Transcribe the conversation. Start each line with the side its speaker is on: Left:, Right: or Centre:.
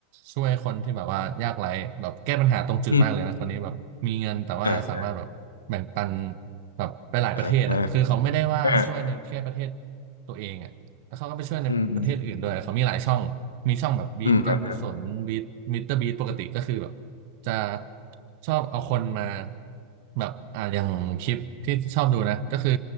Right: ช่วยคนที่แบบว่ายากไร้แบบแก้ปัญหาตรงจุดมากเลยนะคนนี้แบบมีเงินแต่ว่าสามารถแบบแบ่งปัน
Left: อืมอ่า
Right: แบบไปหลายประเทศอ่ะคือเขาไม่ได้ว่าช่วยในแค่ประเทศ
Left: อ่าอ่าอ่า
Right: ตัวเองอ่ะ แล้วเขาก็ไปช่วยในประเทศอื่นด้วยเขามีหลายช่อง
Left: อืมอืม
Right: มีช่องแบบบีทการกุศลบีทมิเตอร์บีทปกติก็คือแบบ
Left: อืมอ่า
Right: จะชอบเอาคนมาแบบอ่าอย่างคลิปที่ชอบดูนะก็คือ